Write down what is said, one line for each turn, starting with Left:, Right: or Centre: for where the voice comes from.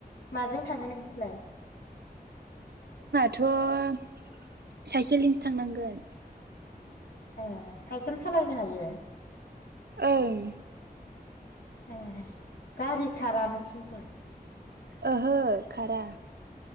Left: माजों थाङो नोंसोरलाय?
Right: थ' साइकेलजोंसो थांनांगोन।
Left: ए साइकेल सालायनो हायो?
Right: ओं
Left: ए गारि खारा नोंसिनिथिं?
Right: ओहो खारा।